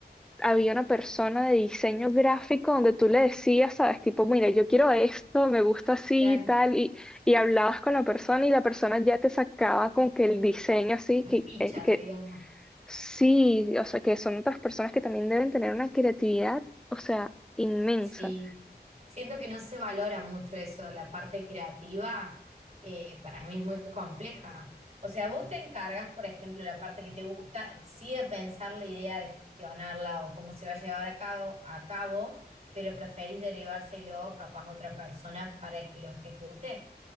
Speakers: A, in the centre; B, on the right (about 40°).
A: había una persona de diseño gráfico donde tú le decías, sabes, tipo, mira, yo quiero esto, me gusta así
B: Claro,
A: y tal, y, y hablabas con la persona y la persona ya te sacaba con que el diseño así,
B: la
A: que,
B: ficha,
A: eh, que
B: digamos.
A: sí, o sea, que son otras personas que también deben tener una creatividad, o sea, inmensa.
B: Sí, siento que no se valora mucho eso, la parte creativa eh, para mí es muy compleja. O sea, vos te encargas, por ejemplo, la parte que te gusta, sí de pensar la idea, de gestionarla o cómo se va a llevar a cabo, a cabo, pero preferís derivárselo capaz a otra persona para que lo ejecute.